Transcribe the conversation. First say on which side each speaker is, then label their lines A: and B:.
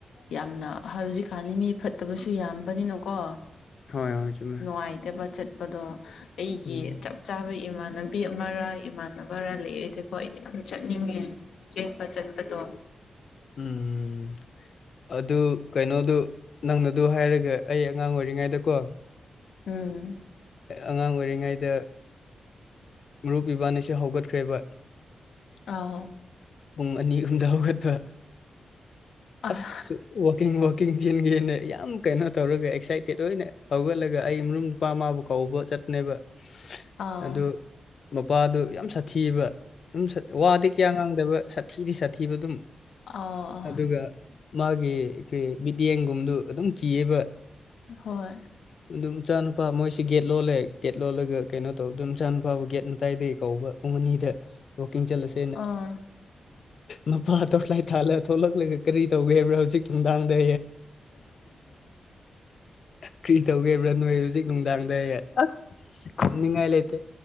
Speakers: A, on the left (about 85°); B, on the left (about 55°).
A: ꯌꯥꯝꯅ ꯍꯧꯖꯤꯛꯀꯥꯟꯅꯤ ꯃꯤ ꯐꯠꯇꯕꯁꯨ ꯌꯥꯝꯕꯅꯤꯅꯀꯣ
B: ꯍꯣꯏ ꯍꯣꯏ ꯆꯨꯝꯃꯦ
A: ꯅꯨꯡꯉꯥꯏꯇꯕ ꯆꯠꯄꯗꯣ ꯑꯩꯒꯤ
B: ꯎꯝ
A: ꯆꯞ ꯆꯥꯕ ꯏꯃꯥꯟꯅꯕ ꯄꯤ ꯑꯃꯔ ꯏꯃꯥꯟꯅꯕꯔꯥ ꯂꯩꯔꯗꯤꯀꯣ ꯑꯩꯗꯤ ꯌꯥꯝ ꯆꯠꯅꯤꯡꯉꯦ ꯆꯦꯟꯄ ꯆꯠꯄꯗꯣ
B: ꯎꯝ ꯑꯗꯨ ꯀꯩꯅꯣꯗꯨ ꯅꯪꯅꯗꯨ ꯍꯥꯏꯔꯒꯦ ꯑꯩ ꯑꯉꯥꯡ ꯑꯣꯏꯔꯤꯉꯩꯗꯀꯣ
A: ꯎꯝ
B: ꯑꯉꯥꯡ ꯑꯣꯏꯔꯤꯉꯩꯗ ꯃꯔꯨꯞ ꯑ ꯏꯕꯥꯟꯅꯤꯁꯦ ꯍꯧꯒꯠꯈ꯭ꯔꯦꯕ
A: ꯑꯥ
B: ꯄꯨꯡ ꯑꯅꯤ ꯑꯍꯨꯝꯗ ꯍꯧꯒꯠꯄ
A: ꯑꯥ
B: ꯑꯁ ꯋꯥꯋꯀꯤꯡ ꯋꯥꯋꯀꯤꯡ ꯆꯟꯒꯦꯅ ꯌꯥꯝ ꯀꯩꯅꯣ ꯇꯧꯔꯒ ꯑꯦꯛꯁꯥꯏꯇꯦꯠ ꯑꯣꯏꯅ ꯍꯧꯒꯠꯂꯒ ꯑꯩ ꯃꯔ ꯅꯨꯄꯥ ꯃꯥꯕꯨ ꯀꯧꯕ ꯆꯠꯄꯅꯦꯕ
A: ꯑꯥ
B: ꯑꯗꯨ ꯃꯄꯥꯗꯨ ꯌꯥꯝ ꯁꯥꯊꯤꯌꯦꯕ ꯑꯗꯨꯝ ꯋꯥꯗꯤ ꯀꯌꯥ ꯉꯥꯡꯗꯕ ꯁꯥꯊꯤꯗꯤ ꯁꯥꯊꯤꯕ ꯑꯗꯨꯝ
A: ꯑꯥꯎ ꯑꯥ
B: ꯑꯗꯨꯒ ꯃꯥꯒꯤ ꯀꯩ ꯃꯤꯠꯌꯦꯡꯒꯨꯝꯗꯨ ꯑꯗꯨꯝ ꯀꯤꯌꯦꯕ
A: ꯍꯣꯏ
B: ꯑꯗꯨꯝ ꯃꯆꯥ ꯅꯨꯄꯥ ꯃꯣꯏꯁꯤ ꯒꯦꯠ ꯂꯣꯜꯂꯦ ꯒꯦꯠ ꯂꯣꯜꯂꯒ ꯀꯩꯅꯣ ꯇꯧ ꯑꯗꯨꯝ ꯃꯆꯥ ꯅꯨꯄꯥꯕꯨ ꯒꯦꯠ ꯃꯇꯥꯏꯗꯒꯤ ꯀꯧꯕ ꯄꯨꯡ ꯑꯅꯤꯗ ꯋꯥꯛꯀꯤꯡ ꯆꯠꯂꯨꯁꯦ
A: ꯑꯥ
B: ꯃꯄꯥꯗꯣ ꯐꯥꯠ ꯊꯥꯟꯂ ꯊꯣꯛꯂꯛꯂꯒ ꯀꯔꯤ ꯇꯧꯒꯦ ꯍꯥꯏꯕ꯭ꯔꯥ ꯍꯧꯖꯤꯛ ꯅꯨꯡꯗꯥꯡꯗ ꯀꯔꯤ ꯇꯧꯒꯦꯕ꯭ꯔꯥ ꯅꯣꯏ ꯍꯧꯖꯤꯛ ꯅꯨꯡꯗꯥꯡꯗ ꯑꯁ ꯈꯨꯝꯅꯤꯡꯉꯥꯏ ꯂꯩꯇꯦ